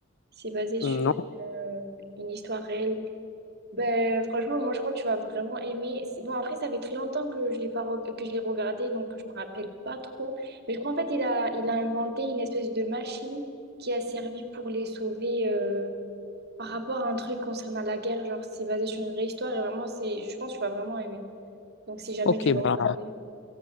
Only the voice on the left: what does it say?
Non?
Ok,
bah,